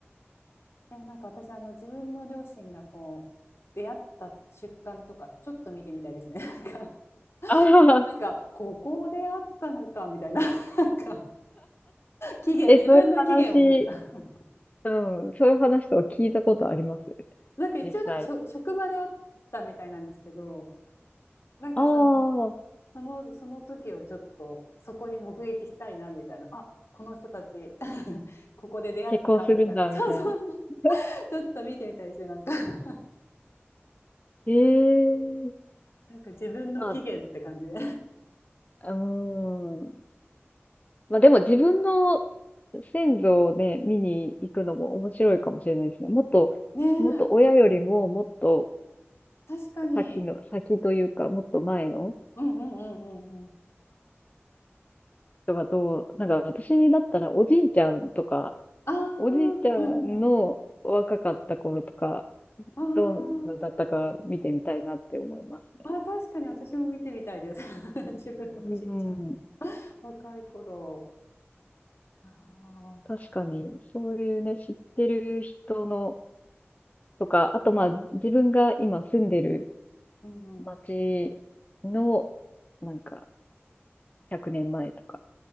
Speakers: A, on the left; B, on the left.
A: でもなんか私、あの、自分の両親がこう、出会った瞬間とか、ちょっと見てみたいですね。<laughs> なんか、
B: ああ、
A: なんか、ここで会ったのか、みたいな。<laughs> なんか、期限、
B: え、
A: 自分の期限を見る。
B: そういう話
A: <laughs>
B: うん、そういう話とか聞いたことあります
A: なんか一応、
B: 実際。
A: なんかしょ、職場で会ったみたいなんですけど、なんかその、
B: ああ、
A: その、その時をちょっと、そこに目撃したいな、みたいな。あ、この人たち <laughs>、ここで出会ったか、
B: 結婚するんだ、
A: みたいな。<laughs> そうそうそう
B: みたいな。<laughs>
A: <laughs>。ちょっと見てみたいですね、なんか <laughs>。
B: ええ
A: なんか自分の期限って感じで。
B: まあ、うーん。まあでも自分の先祖をね、見に行くのも面白いかもしれないですね。もっと、
A: ねえ、
B: もっと親よりももっと
A: 確かに。
B: 先の、先というか、もっと前の
A: うんうんうんうんうん。
B: 人がどう、なんか私だったらおじいちゃんとか、
A: ああ、
B: おじいちゃんの若かった頃とか、
A: うんうん。あ
B: どんなだったか見てみたいなって思いますね。
A: ああー、確かに私も見てみたいです。<laughs> 自分のおじいちゃんの
B: うん、
A: 若い頃。ああ、
B: 確かに、そういうね、知ってる人のとか、あとまあ、自分が今住んでる
A: うんうん。
B: 町の、なんか、100年前とか。